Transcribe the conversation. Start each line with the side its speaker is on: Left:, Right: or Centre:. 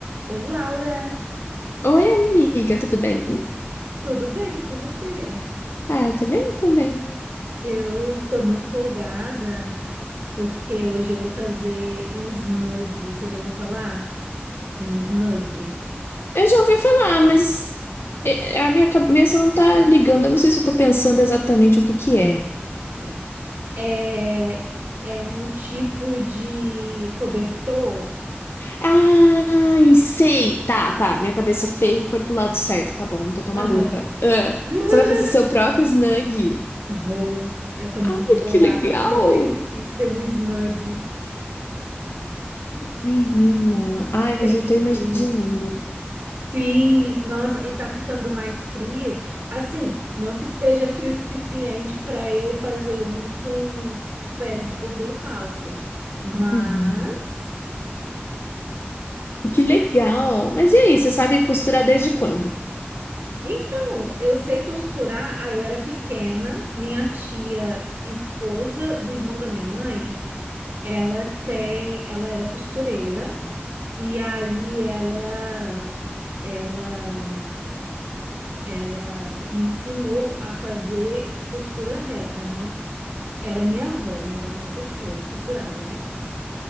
Right: Oi, Laura!
Left: Oi, amiga, tudo bem?
Right: Tudo bem com você?
Left: Ah, eu tô bem também.
Right: Eu tô muito empolgada porque hoje eu vou fazer um snug. Você já ouviu falar em snug?
Left: Eu já ouvi falar, mas eh, a minha cabeça não tá ligando. Eu não sei se eu tô pensando exatamente o que que é.
Right: Tem. É, é um tipo de cobertor.
Left: Ah, sei. Tá, tá. Minha cabeça feia foi pro lado certo. Tá bom, eu não tô tão
Right: Aham.
Left: maluca. Ah,
Right: <laughs>
Left: você vai fazer seu próprio snug?
Right: Vou. Eu tô muito
Left: Ai,
Right: empolgada
Left: que legal!
Right: porque eu sempre quis ter um snug.
Left: Menina, ai,
Right: Sempre
Left: eu já tô imaginando.
Right: quis. Sim, nossa, e tá ficando mais frio. Assim, não que esteja frio o suficiente para eu fazer um com pele de cordeiro falsa. Mas.
Left: <laughs> Que legal! Mas e aí, você sabe costurar desde quando?
Right: Então, eu sei costurar. Ah, eu era pequena, minha tia, esposa do irmão da minha mãe, ela tem, ela era costureira e aí ela ela ela me ensinou a fazer costura reta, né? Ela é minha avó, minha avó também costura, costurava, né?